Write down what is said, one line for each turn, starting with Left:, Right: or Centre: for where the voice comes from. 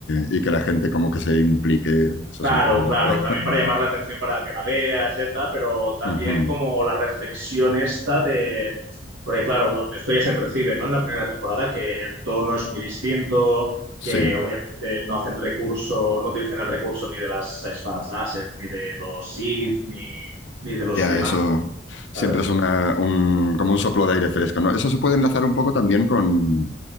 Left: y que la gente como que se implique, eso
Right: Claro,
Left: siempre es buena
Right: claro,
Left: idea.
Right: también para llamar la atención para que la vea, etcétera, pero también
Left: Ujú,
Right: como la reflexión esta de, porque claro, bueno, esto ya se percibe, ¿no? En la primera temporada que el tono es muy distinto,
Left: Sí,
Right: que obviamente no hacen recurso, no utilizan el recurso ni de las espadas láser, ni de los Sith, ni, ni de los
Left: ya,
Right: temas,
Left: eso siempre
Right: ¿sabes?
Left: es una, un, como un soplo de aire fresco, ¿no? Eso se puede enlazar un poco también con,